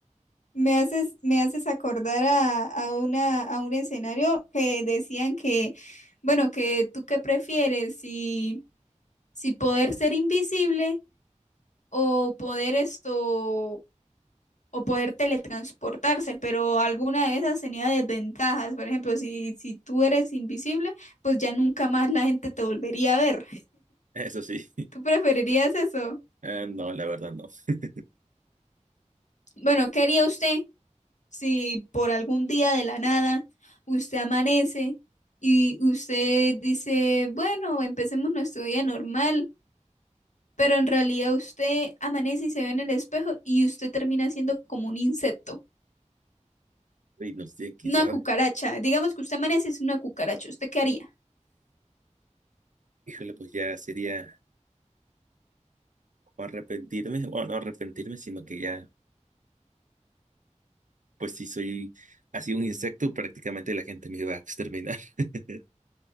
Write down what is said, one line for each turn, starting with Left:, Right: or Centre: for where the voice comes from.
Left: Me haces, me haces acordar a, a una, a un escenario que decían que, bueno, que tú qué prefieres, si, si poder ser invisible o poder esto, o poder teletransportarse, pero alguna de esas tenía desventajas. Por ejemplo, si, si tú eres invisible, pues ya nunca más la gente te volvería a ver.
Right: eso sí.
Left: ¿Tú preferirías eso?
Right: Ah, no, la verdad no. <laughs>
Left: Bueno, ¿qué haría usted? si por algún día de la nada usted amanece y usted dice, bueno, empecemos nuestro día normal, pero en realidad usted amanece y se ve en el espejo y usted termina siendo como un insecto,
Right: Y no sé, quién
Left: una
Right: sabe.
Left: cucaracha. Digamos que usted amanece y es una cucaracha, ¿usted qué haría?
Right: Híjole, pues ya sería o arrepentirme, o no arrepentirme, sino que ya, pues si soy así un insecto, prácticamente la gente me iba a exterminar. <laughs>